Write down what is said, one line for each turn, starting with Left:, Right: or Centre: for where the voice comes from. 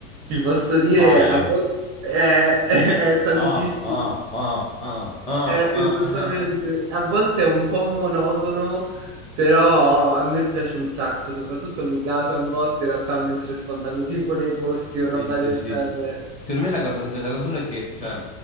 Right: Ti posso dire,
Left: Baile.
Right: a volte è, è è tantissimo,
Left: Ah, ah, ah, ah, ah,
Right: è
Left: ah.
Right: esattamente,
Left: <laughs>
Right: a volte è un po' monotono, però a me piace un sacco, soprattutto mi casa un botto in realtà mentre sto andando tipo nei posti
Left: Sì,
Right: o roba
Left: sì,
Right: del
Left: sì.
Right: genere.
Left: Secondo me la cosa, la cosa sola è che, cioè,